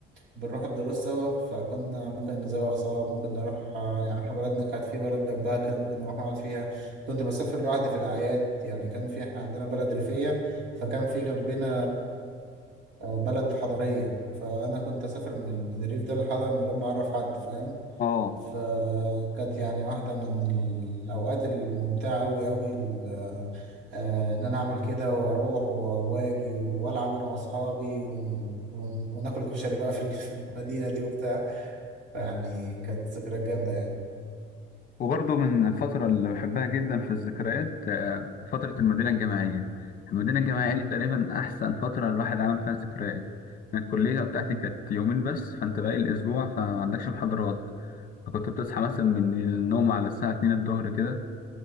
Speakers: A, on the right; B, on the left.
A: بنروح الدروس سوا فكنا ممكن نزوغ سوا ممكن نروح آه يعني احنا بلدنا كانت في بلد جنبها كده ممكن نروح نقعد فيها كنت بسافر لوحدي في الاعياد يعني كان في احنا عندنا بلد ريفيه فكان في جنبنا آه بلد حضريه فانا كنت اسافر من من الريف ده للحضر من غير ما اعرف حد فاهم
B: اه
A: فكانت يعني واحدة من الأوقات الممتعة أوي أوي ال- آه، إن أنا أعمل كده وأروح وأواجي وألعب أنا وأصحابي ون- ون- وناكل كشري بقى في في المدينة دي وبتاع فيعني كانت ذكريات جامدة يعني
B: وبرضه من الفترة اللي بحبها جدا في الذكريات آه، فترة المدينة الجامعية المدينة الجامعية
A: مم.
B: دي تقريبا أحسن فترة الواحد عمل فيها ذكريات أنا الكلية بتاعتي
A: مم.
B: كانت يومين بس فأنت باقي الأسبوع فما عندكش محاضرات فكنت بتصحى مثلا من النوم على الساعة 2 الظهر كده